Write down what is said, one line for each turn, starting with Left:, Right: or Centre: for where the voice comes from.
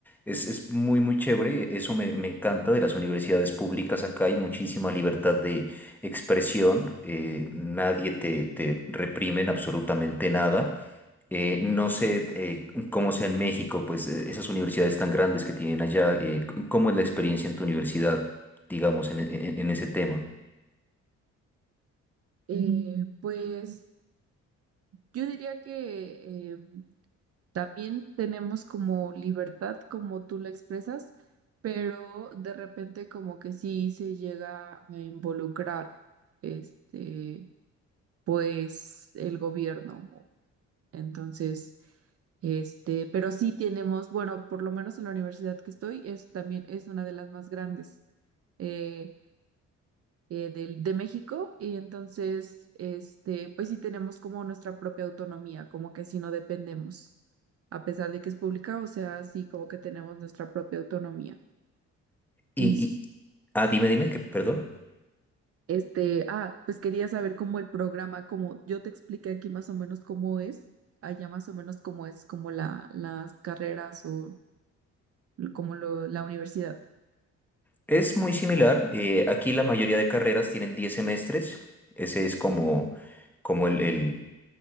Centre: es, es muy, muy chévere, eso me, me encanta de las universidades públicas acá, hay muchísima libertad de expresión, eh, nadie te, te reprime en absolutamente nada. Eh, no sé eh, cómo sea en México, pues eh, esas universidades tan grandes que tienen allá, eh, c- ¿cómo es la experiencia en tu universidad, digamos, en, en en ese tema?
Right: Eh, pues Yo diría que eh, también tenemos como libertad, como tú la expresas, pero de repente como que sí se llega a involucrar este, pues el gobierno. Entonces, este, pero sí tenemos, bueno, por lo menos en la universidad que estoy, es también es una de las más grandes. Eh, eh, del- de, México y entonces, este, pues sí tenemos como nuestra propia autonomía, como que sí no dependemos, a pesar de que es pública, o sea, sí como que tenemos nuestra propia autonomía.
Centre: Y,
Right: Y s-
Centre: y, ah, dime, dime, que, perdón.
Right: este, ah, pues quería saber cómo el programa, como yo te expliqué aquí más o menos cómo es, allá más o menos cómo es, como la, las carreras o como lo, la universidad.
Centre: Es muy similar. eh, aquí la mayoría de carreras tienen 10 semestres. Ese es como, como el, el-